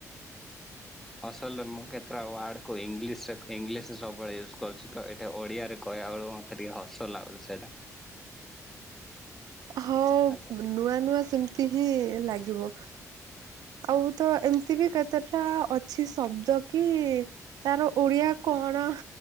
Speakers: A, in the centre; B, on the right.
A: ଅସଲରେ ମୁଁ କେତେଟା ୱାର୍ଡ କୁ ଇଂଙ୍ଗିଲିସ୍‌ ଇଂଙ୍ଗିଲିସ୍ ସବୁବେଳେ ୟୁଜ୍‌ କରୁଛି ତ ଏଟା ଓଡିଆରେ କହିବା ବେଳକୁ ମତେ ଟିକେ ହସ ଲାଗୁଚି ସେଇଟା।
B: ହଁ
A: ହାଲୋ
B: ମାନେ ନୂଆ ନୂଆ ସେମିତି ହିଁ ଲାଗିବ ଆଉ ତ ଏମ୍ ତିବି କେତେଟା ଅ କିଛି ଶବ୍ଦ କି ତାର ଓଡିଆ କଣ